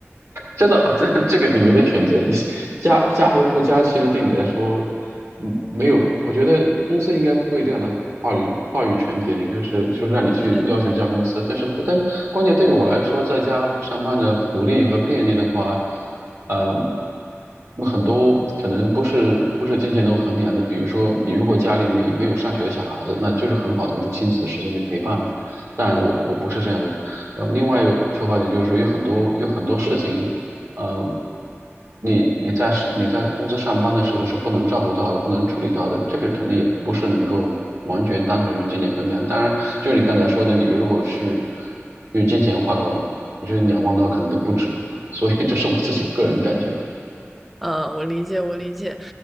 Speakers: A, on the right; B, in the centre.
A: 真的，<laughs> 这个你没得选择，你加加和不加，其实对你来说，嗯，没有，我觉得公司应该不会这样的话语话语权给你，就是就是让你去要求加公司，
B: 对对。
A: 但是但关键对于我来说，在家上班的福利和便利的话，呃，很多可能不是不是金钱能衡量的，比如说你如果家里面没有上学的小孩子，那就是很好的一个亲子的时间去陪伴，但我我不是这样的。然后另外一个出发点就是说，有很多有很多事情，嗯，你你在是你在公司上班的时候是不能照顾到的，不能处理到的，这个可能也不是能够完全单纯用金钱衡量。当然，就你刚才说的，你如果是用金钱花的话，我觉得两万刀可能都不止。所以这是我自己的个人感觉，
B: 嗯，我理解，我理解，